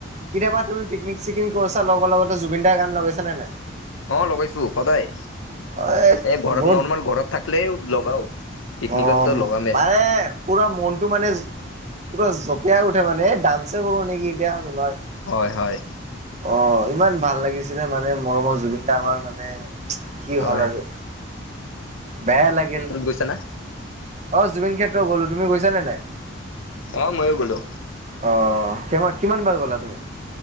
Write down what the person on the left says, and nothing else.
অ, লগাইছো সদায়
এই ঘৰত
নৰ্মেল ঘৰত থাকিলে লগাও। পিকনিকততো
লগামে
হয় -হয়।
হয়
বুইচানে?
অ, ময়ো গ'লো।